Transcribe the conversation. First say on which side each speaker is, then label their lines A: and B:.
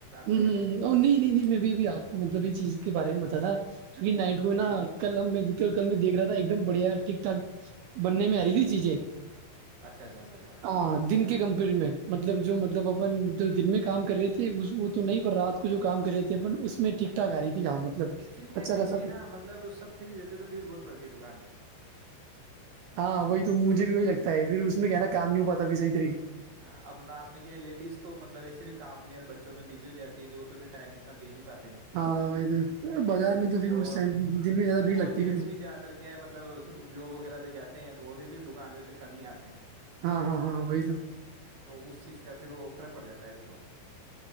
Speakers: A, on the right; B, on the right.
A: ہ
B: میں
A: ہ نہیں
B: کر لیں گے
A: نہیں نہیں میں بھیبھی آپ کو مطلب یہ چیز کے بارے میں بتا تھا کیونکہ نائٹ کو ہے نا کل ہم میں کل میں دیکھ رہا تھا ایک دم بڑھیا ٹھیک ٹھاک بننے میں آ رہی تھی چیزیں
B: اچھا اچھا اچھا اچھا
A: آ دن کی کمپ میں مطلب جو مطلب اپن دن میں کام کر رہے تھے اس تو نہیں پر رات کو جو کام کر رہے تھے اپن اس میں ٹیکٹاک آ رہی تھی کام مطلب
B: ایکچولی کیا
A: اچھا
B: ہے
A: خاصا
B: دن میں
A: کچھ۔
B: نا مطلب سب فری رہتے تو بھیڑ بہت پڑتی ہے دکان پہ
A: ہاں وہی تو مجھے بھی ہو سکتا ہے پھر اس میں کہنا کام نہیں ہو پا پھر صح
B: ہاں اب رات میں کیا لیڈیز تو مطلب ایسے بھی کام میں بچوں میں بزی ہو جات ہے جو توھر ٹائم ات دے نہیں پاتا ہیں
A: ہاں وہی تو بازار میں تو پھر
B: اور
A: اس ٹائم دن میں زیادہ بھیڑ
B: اور
A: لگتی
B: جینس
A: ہے پھر وہ
B: بھی زیادہ تر کیا ہے مطلب جو وغیرہ پہ جاتے ہیں تو وہ بھی پھر دکان پہ پھر کم ہی آتے ہیں
A: ہاں ہاں ہاں وہی تو
B: تو اس چیز کا پھر وہ فرق پڑ جاتا ہے پھر وہ